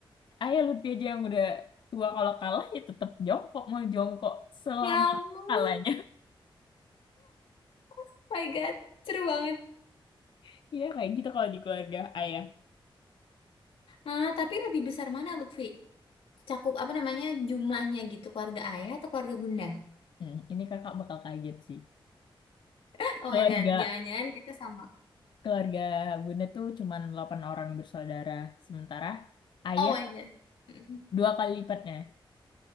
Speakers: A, on the left (about 60°); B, on the left (about 85°).
A: ayah Lutfi aja yang udah tua kalau kalah ya tetap jongkok mau jongkok selama
B: Ya ampun,
A: kalahnya
B: oh my God, seru banget.
A: <laughs> iya kayak gitu kalau di keluarga ayah
B: Ah, tapi lebih besar mana Lutfi? Cakup apa namanya jumlahnya gitu, keluarga ayah atau keluarga bunda?
A: Hmm, ini kakak bakal kaget sih.
B: <laughs> Oh
A: Keluarga
B: my God, jangan-jangan kita sama.
A: keluarga Bunda tuh cuman 8 orang bersaudara. Sementara ayah
B: Oh my God. Mm.
A: dua kali lipatnya.